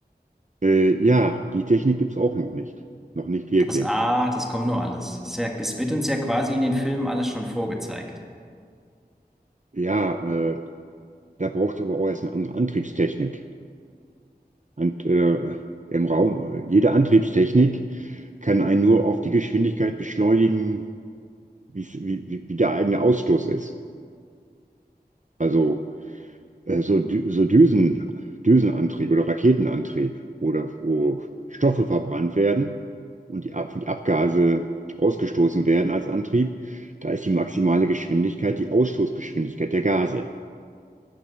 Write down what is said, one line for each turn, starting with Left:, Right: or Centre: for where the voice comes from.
Right: Äh, ja, die Technik gibt's auch noch nicht. Noch nicht wirklich.
Centre: Das, ah, das kommt nur alles. Es ist ja- es wird uns ja quasi in den Filmen alles schon vorgezeigt.
Right: Ja, äh, da braucht's aber auch erst eine andere Antriebstechnik. Und äh, im Raum, äh, jede Antriebstechnik kann einen nur auf die Geschwindigkeit beschleunigen, wie's- wie, wie, wie der eigene Ausstoß ist. Also äh, so, Dü so Düsen, Düsenantrieb oder Raketenantrieb, oder wo Stoffe verbrannt werden und die, Ab und die Abgase ausgestoßen werden als Antrieb, da ist die maximale Geschwindigkeit die Ausstoßgeschwindigkeit der Gase.